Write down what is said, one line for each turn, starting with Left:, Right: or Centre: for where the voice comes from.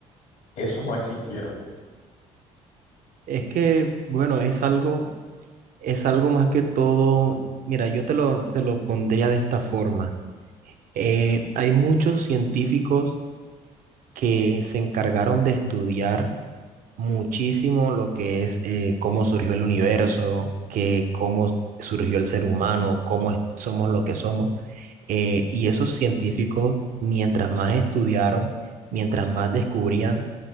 Left: esos no existieron.
Right: Es que, bueno, es algo, es algo más que todo. Mira, yo te lo, te lo pondría de esta forma. Eh, hay muchos científicos que se encargaron de estudiar muchísimo lo que es eh, cómo surgió el universo, que cómo surgió el ser humano, cómo es- somos lo que somos. Eh, y esos científicos, mientras más estudiaron, mientras más descubrían,